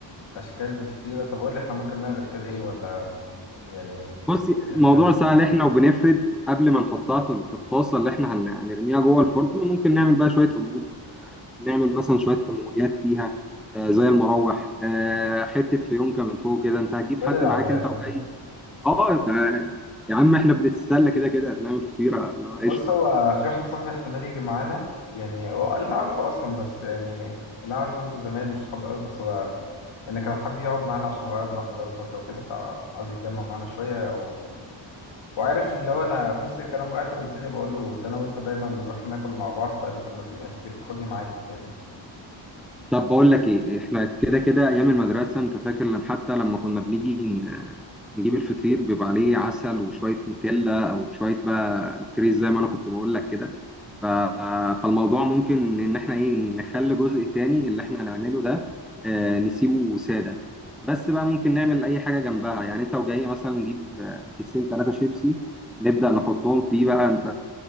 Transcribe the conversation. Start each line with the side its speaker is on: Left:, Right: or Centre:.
Left: اشكال بالفطيره طب قول لي احنا ممكن نعمل اشكال ايه ولا يعني
Centre: بصي
Left: اللي
Centre: الموضوع
Left: في دماغك
Centre: سهل احنا وبنفرد قبل ما نحطها في في الطاسه اللي احنا هن- هنرميها جوه الفرن ممكن نعمل بقى شويه قلوب آه، نعمل مثلا شويه تموجات فيها آه، زي المراوح آه، حته فيونكه من فوق كده انت هتجيب
Left: بنلعب
Centre: حد معاك
Left: يعني
Centre: انت وجاي
Left: <laughs>
Centre: اه تع- يا عم احنا بنتسلى كده كده بنعمل فطيره لا،
Left: بص
Centre: قشطه
Left: هو في واحد صاحبي احتمال يجي معانا يعني هو انت عارفه اصلا بس يعني اللي اعرفه ان انتوا زمايل مش صحاب قوي بس هو انك كان حابب يقعد معانا عشان هو قاعد لوحده بقاله فتره وكده فعاوز يتجمع معانا شويه و... وعارف اللي هو انا في نص الكلام وقعت بلساني بقول له ده انا وانت دايما بنروح ناكل مع بعض فقال لي طب ما ت- ما تيجي تاخدني معاكوا فاهمني
Centre: طب بقول لك ايه احنا كده كده ايام المدرسه انت فاكر لما حتى لما كنا بنيجي ن- نجيب الفطير بيبقى عليه عسل وشويه نوتيلا او شويه بقى الكريز زي ما انا كنت بقول لك كده ف- فالموضوع ممكن ان احنا ايه نخلي جزء تاني اللي احنا هنعمله ده آه، نسيبه سادة بس بقى ممكن نعمل اي حاجة جنبها يعني انت وجاي مثلا نجيب آه، كيسين ثلاثة شيبسي نبدأ نحطهم فيه بقى انت